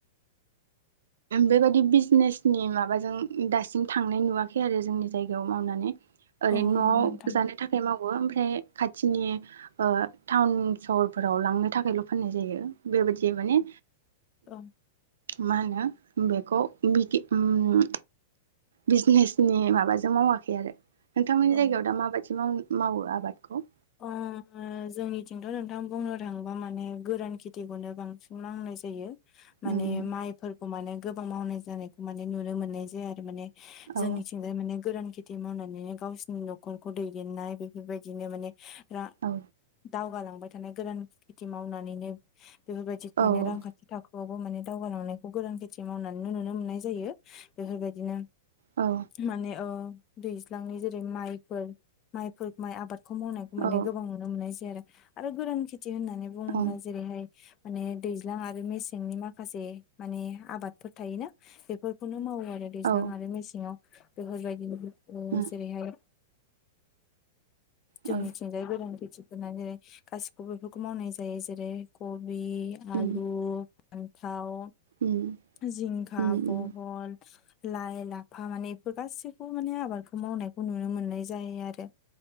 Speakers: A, on the right; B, on the left.
A: बेबायदि बिजनेसनि माबाजों दासिम थांनाय नुवाखै आरो जोंनि जायगायाव मावनानै । ओरैनो
B: औ नंगौ
A: न'आव
B: नोंथां
A: जानो थाखाय माव वो ओमफ्राय खाथिनि ओ टाउन सहरफोराव लांनो थाखायल' फाननाय जायो । बेबादि माने
B: औ
A: मा होनो बेखौ बि उम बिजनेसनि माबाजों मावाखै आरो नोंथांमोननि
B: औ
A: जायगायाव दा माबायदि माव मावो आबादखौ?
B: ओ जोंनिथिंथ' नोंथां बुंनो थाङोबा माने गोरान खेथिखौनो बांसिन मावनाय जायो माने
A: उम
B: माइफोरखौ माने गोबां मावनाय जानायखौ माने नुनो मोननाय जाया आरो माने
A: औ
B: जोंनिथिंजाय माने गोरान खेथि मावनानैनो गावसोरनि न'खरखौ दैदेननाय बेफोरबायदिनो माने रा
A: औ
B: दावगालांबाय थानाय गोदान खेथि मावनानैनो बेफोरबायदि माने
A: औ
B: रांखान्थि थाखो वबो माने दावगालांनायखौ गोरान खेथि मावनानै नुनो मोननाय जायो । बेफोरबायदिनो
A: औ
B: माने ओ दैज्लांनि जेरै माइफोर माइफोर माइ आबादखौ माव माने
A: औ
B: गोबां नुनो मोननाय जायो आरो आरो गोरान खेथि होननानै बुङोब्ला
A: औ
B: जेरैहाय माने दैज्लां आरो मेसेंनि माखासे माने आबादफोर थायोना बेफोरखौनो मावो आरो दैज्लां
A: औ
B: आरो मेसेङाव बेफोरबायदि ओ
A: उम
B: जेरैहाय जोंनिथिंजाय
A: औ
B: गोरान खेथिफोरा जेरै गासिखौबो बेफोरखौ मावनाय जायो जेरै- क बि, आलु,
A: उम
B: फान्थाव,
A: उम
B: जिंखा,
A: उम
B: बहल,
A: उम
B: लाय, लाफा माने बेफोर गासैखौबो माने आबादखौ मावनायखौ नुनो मोननाय जायो आरो